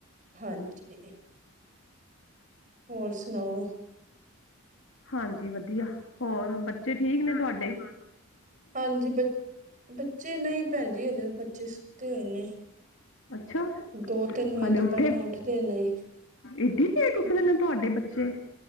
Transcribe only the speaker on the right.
ਹਾਂਜੀ। ਹੋਰ ਸੁਨਾਓ?
ਹਾਂਜੀ ਬਚ ਬੱਚੇ ਨਈ ਪੈਂਜੀ ਹਜੇ ਬੱਚੇ ਸੁੱਤੇ ਹੋਏ ਨੇ।
ਦੋ, ਤਿੰਨ ਵਜੇ
ਤੋ
ਪੈਲਾ ਉੱਠਦੇ ਨਈ।